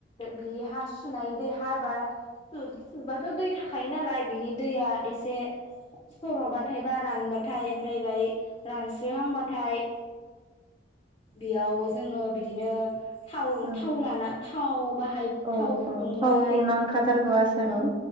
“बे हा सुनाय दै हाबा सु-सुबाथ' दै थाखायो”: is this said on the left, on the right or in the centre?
Left